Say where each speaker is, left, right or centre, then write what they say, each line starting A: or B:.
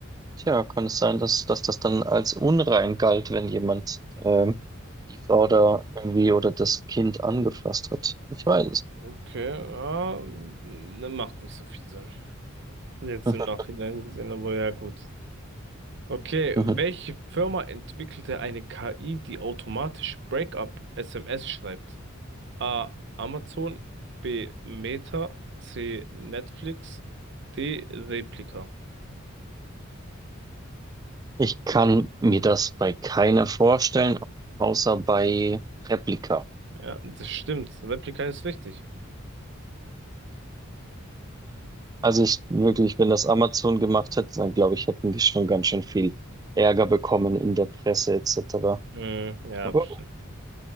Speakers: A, on the right; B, on the right.
A: Tja, kann es sein, dass, dass das dann als unrein galt, wenn jemand ähm, die Frau da irgendwie oder das Kind angefasst hat? Ich weiß es.
B: okay, ja, ne, macht nicht so viel Sinn. Jetzt
A: <laughs>
B: im Nachhinein gesehen, aber ja gut. Okay,
A: Mhm, mhm.
B: welche Firma entwickelte eine KI, die automatisch Breakup-SMS schreibt? A. Amazon, B. Meta, C. Netflix, D. Replika.
A: Ich kann mir das bei keiner vorstellen, außer bei Replika.
B: Ja, das stimmt. Replika ist richtig.
A: Also ich wirklich, wenn das Amazon gemacht hätte, dann glaube ich, hätten wir schon ganz schön viel Ärger bekommen in der Presse etc.
B: Hm, ja,
A: Aber,
B: bestimmt.